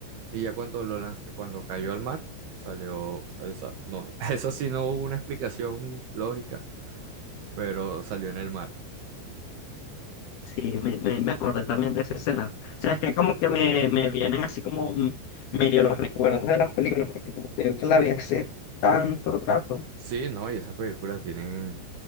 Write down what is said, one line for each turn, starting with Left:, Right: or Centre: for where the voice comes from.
Right: y ya cuando lo lanz- cuando cayó al mar, salió, salió esa- no, <laughs> eso sí no hubo una explicación lógica, pero salió en el mar.
Left: Sí, me, me, me acordé también de esa escena. O sea, es que como que me, me vienen así como medio los recuerdos de las películas, porque como te digo que la vi hace tanto rato,
Right: Sí, no, y esas películas tienen